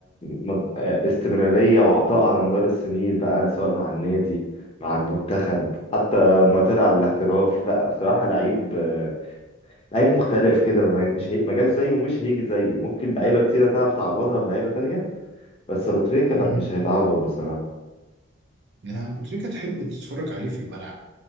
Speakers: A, on the left; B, on the right.
A: مد- آه، استمراريه وعطاء على مدار السنين بقى سواء مع النادي مع المنتخب حتى ما طلع الاحتراف لا بصراحه لعيب آه، لعيب مختلف كده ما- مش هي... ما جاش زيه ومش هيجي زيه ممكن لعيبه كتيره تعرف تعوضها بلعيبه تانية بس ابو تريكة لا
B: مهم.
A: مش هيتعوض بصراحه
B: يعني أبو تريكة تحب تتفرج عليه في الملعب